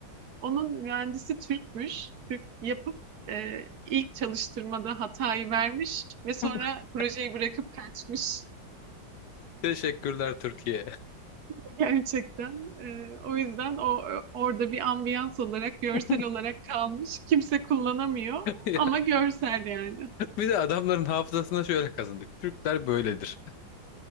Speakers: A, on the right (about 65°); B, on the left (about 70°).
A: Onun mühendisi Türkmüş. Türk yapıp e, ilk çalıştırmada hatayı vermiş ve sonra
B: <laughs>
A: projeyi bırakıp kaçmış.
B: Teşekkürler Türkiye.
A: <laughs> Gerçekten. E, o yüzden o e, orada bir ambiyans olarak, görsel
B: <laughs>
A: olarak kalmış. Kimse kullanamıyor
B: Ya,
A: ama görsel yani.
B: Bir de adamların hafızasına şöyle kazındık. Türkler böyledir.